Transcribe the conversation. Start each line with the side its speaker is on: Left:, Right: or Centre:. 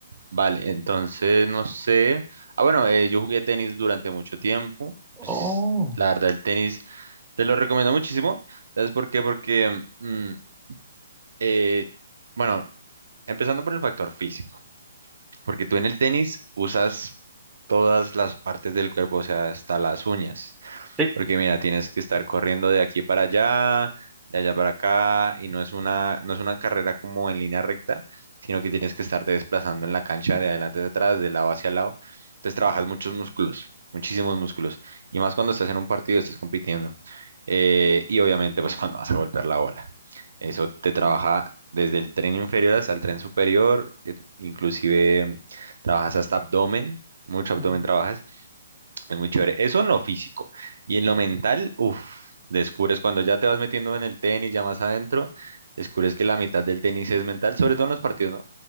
Right: Vale, entonces no sé. Ah, bueno, eh, yo jugué tenis durante mucho tiempo. Pues,
Centre: Oh,
Right: la verdad, el tenis te lo recomiendo muchísimo. ¿Sabes por qué? Porque, mm, eh, bueno, empezando por el factor físico. Porque tú en el tenis usas todas las partes del cuerpo, o sea, hasta las uñas.
Centre: sí,
Right: Porque mira, tienes que estar corriendo de aquí para allá, de allá para acá, y no es una, no es una carrera como en línea recta, sino que tienes que estarte desplazando en la cancha de adelante hacia atrás, de lado hacia lado. Entonces trabajas muchos músculos, muchísimos músculos. Y más cuando estás en un partido, estás compitiendo. Eh, y obviamente, pues <laughs> cuando vas a golpear la bola. Eso te trabaja desde el tren inferior hasta el tren superior, eh, inclusive trabajas hasta abdomen, mucho abdomen
Centre: mm,
Right: trabajas. Es muy chévere. Eso en lo físico. Y en lo mental, uff, descubres cuando ya te vas metiendo en el tenis, ya más adentro, descubres que la mitad del tenis es mental, sobre todo en los partidos, ¿no?